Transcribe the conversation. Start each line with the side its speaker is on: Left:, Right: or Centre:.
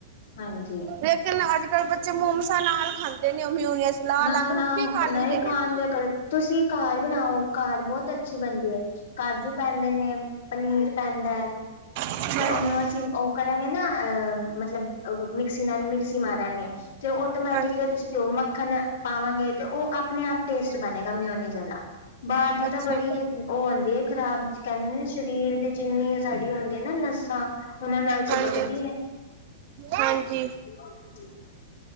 Left: ਹਾਂਜੀ
Right: ਲੇਕਿਨ ਅੱਜ ਕੱਲ ਬੱਚੇ ਮੋਮਸਾ ਨਾਲ ਖਾਂਦੇ ਨੇ ਉਹ ਮਿਊਨੀਅਸ ਲਾ
Left: ਨਾ
Right: ਲਾ ਕੇ
Left: -ਨਾ
Right: ਰੁੱਖੇ ਖਾ
Left: ਨਹੀਂ
Right: ਲੈਂਦੇ ਨੇ
Left: ਖਾਂ ਦਿਆ ਕਰ। ਤੁਸੀਂ ਘਾਰ ਬਣਾਓ ਘਾਰ ਬਹੁਤ ਅੱਛੀ ਬਣਦੀ ਹੈ ਕਾਜੂ ਪੈਂਦੇ ਨੇ ਪਨੀਰ ਪੈਂਦਾ
Right: ਹਾਂਜੀ
Left: ਤੇ ਉਹਨੂੰ ਅਸੀਂ ਉਹ ਕਰ ਐਵੇਂ ਨਾ ਅਹ ਮਤਲਬ ਮਿਕਸੀ ਨਾਲ ਮਿਕਸੀ ਮਾਰਾਂਗੇ ਤੇ ਟੋਮੈਟਿਕਲੀ
Right: ਹਾਂਜੀ
Left: ਤੁਸੀ ਘਿਓ ਮੱਖਣ ਪਾਵਾਂਗੇ ਤੇ ਉਹ ਆਪਣੇ ਆਪ ਟੇਸਟ ਬਣੇਗਾ ਮਿਊਨੀ ਜਲਾ ਬਾਹਰ ਦੀ
Right: ਅੱਛਾ
Left: ਤਾਂ ਬੜੀ
Right: ਜੀ
Left: ਉਹ ਹੁੰਦੀ ਹੈ ਖ਼ਰਾਬ ਕਹਿੰਦੇ ਨੇ ਸਰੀਰ ਦੇ ਜਿੰਨੇ ਸਾਡੀ ਹੁੰਦੀਆਂ ਨਾ ਨੱਸਾਂ ਉਹਨਾਂ ਨਾਲ
Right: ਹਾਂਜੀ
Left: ਚਿਪਕਦੀ ਏ।
Right: ਹਾਂਜੀ
Left: <inaudible>